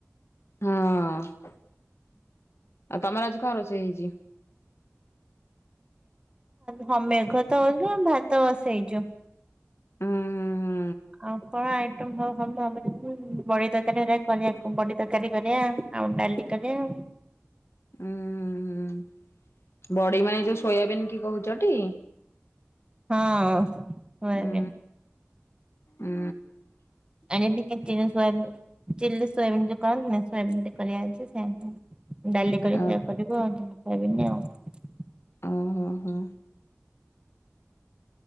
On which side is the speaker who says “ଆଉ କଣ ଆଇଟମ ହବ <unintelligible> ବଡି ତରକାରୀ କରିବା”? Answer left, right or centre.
Right